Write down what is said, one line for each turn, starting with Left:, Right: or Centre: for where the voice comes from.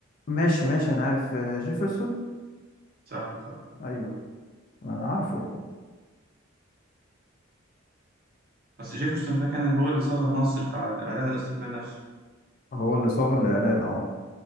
Left: ماشي ماشي انا عارف آه، جيفرسون
Right: صح صح
Left: ايوه انا عارفه
Right: بس جيفرسون ده كان هو اللي صاغ النص بتاع الاعلان الاستقلال نفسه
Left: هو اللي صاغ الاعلان اه